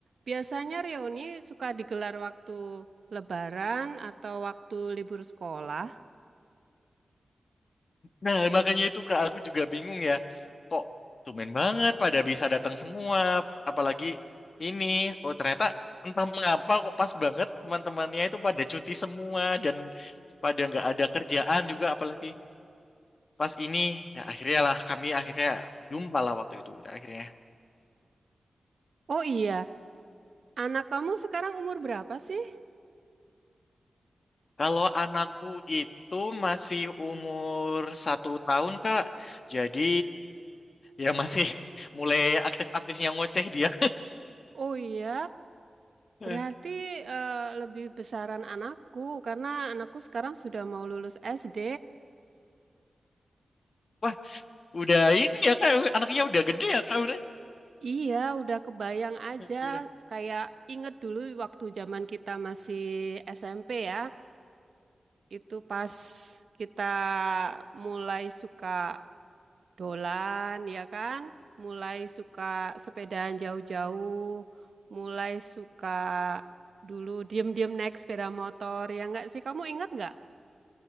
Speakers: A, on the right (about 75°); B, on the left (about 60°).
A: Biasanya reuni suka digelar waktu lebaran atau waktu libur sekolah.
B: nah makanya itu kak aku juga bingung ya kok tumben banget pada bisa datang semua apalagi ini oh ternyata entah mengapa kok pas banget teman-temannya itu pada cuti semua dan pada nggak ada kerjaan juga apalagi pas ini nah akhirnya lah kami akhirnya jumpa lah waktu itu kita akhirnya
A: Oh iya, anak kamu sekarang umur berapa sih?
B: kalau anakku itu masih umur satu tahun kak jadi ya masih <laughs> mulai aktif-aktifnya ngoceh dia
A: Oh iya,
B: <laughs>
A: Berarti eh, lebih besaran anakku karena anakku sekarang sudah mau lulus SD.
B: wah udah ini ya kak anaknya udah gede ya kak
A: Iya, udah kebayang aja
B: udah
A: kayak inget dulu waktu zaman kita masih SMP ya. Itu pas kita mulai suka dolan ya kan, mulai suka sepedaan jauh-jauh, mulai suka dulu diem-diem naik sepeda motor ya nggak sih? Kamu ingat nggak?